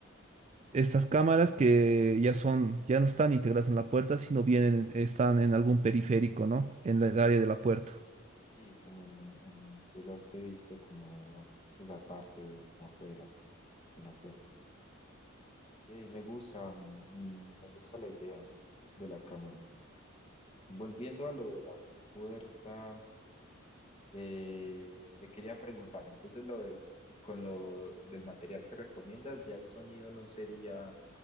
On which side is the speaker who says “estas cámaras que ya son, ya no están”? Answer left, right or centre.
Right